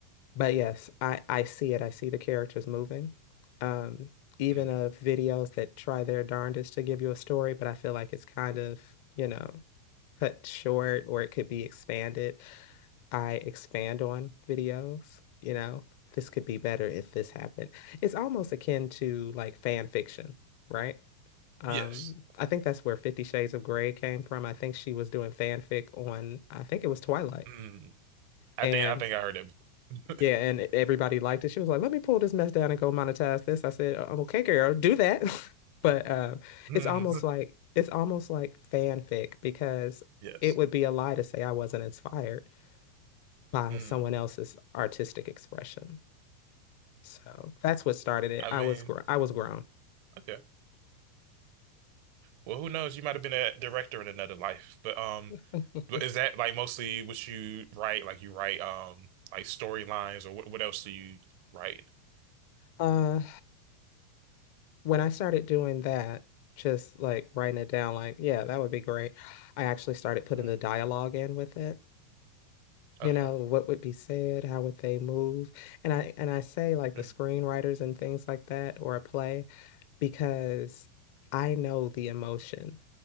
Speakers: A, on the left; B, on the right.
A: But yes, I I see it. I see the characters moving. Um, even
B: mm,
A: of
B: right?
A: videos that try their darndest to give you a story, but I feel like it's kind of, you know, cut short or it could be expanded. I expand on videos, you know, this could be better if this happened. It's almost akin to like fan fiction, right? Um,
B: yes.
A: I think that's where Fifty Shades of Grey came from. I think she was doing fanfic on, I think it was Twilight.
B: Mm. I
A: And
B: think I think I heard that before.
A: yeah, and
B: <laughs>
A: everybody liked it. She was like, let me pull this mess down and go monetize this. I said, I'm okay, girl, do that. <laughs> But um,
B: Mm,
A: it's almost like it's almost like fanfic because
B: yes.
A: it would be a lie to say I wasn't inspired by
B: Mm.
A: someone else's artistic expression. So that's what started it.
B: I
A: I
B: mean,
A: was gr- I was grown.
B: okay. Well, who knows? You might have been a director in another life. But um,
A: <laughs>
B: but is that like mostly what you write? Like you write um like storylines or what what else do you write?
A: Uh, when I started doing that, just like writing it down, like, yeah, that would be great. I actually started putting
B: Mm.
A: the dialogue in with it. You
B: Okay.
A: know, what would be said, how would they move? And I and I say like the
B: Mm.
A: screenwriters and things like that or a play because I know the emotion